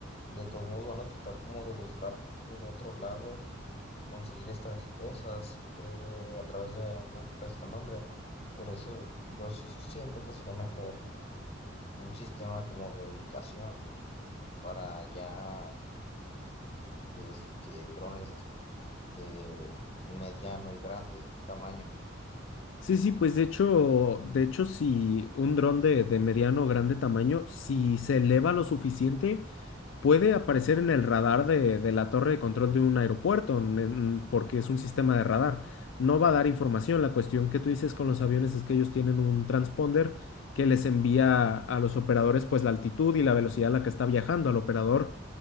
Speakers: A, on the left; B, on the left.
A: de todos modos van a tratar como de buscar por otro lado conseguir estas cosas o a través de algún prestanombre. Por eso yo siento que sería mejor un sistema como de ubicación para ya este, drones de mediano y grande tamaño.
B: Sí, sí, pues de hecho, de hecho, si un dron de, de mediano o grande tamaño, si se eleva lo suficiente, puede aparecer en el radar de, de la torre de control de un aeropuerto, n- n- porque es un sistema de radar. No va a dar información. La cuestión que tú dices con los aviones es que ellos tienen un transponder que les envía a los operadores pues la altitud y la velocidad a la que está viajando. Al operador